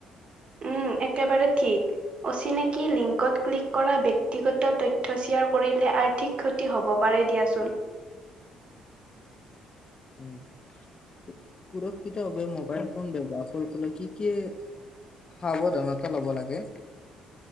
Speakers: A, on the right (about 45°); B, on the left (about 35°).
A: উম একেবাৰে ঠিক অচিনাকি লিংকত ক্লিক কৰা ব্যক্তিগত তথ্য শ্বেয়াৰ কৰিলে আৰ্থিক ক্ষতি হ'ব পাৰে দিয়াচোন।
B: উ সুৰক্ষিতভাৱে মোবাইল ফোন ব্যৱহাৰ কৰিবলৈ কি কি সাৱধানতা লব লাগে?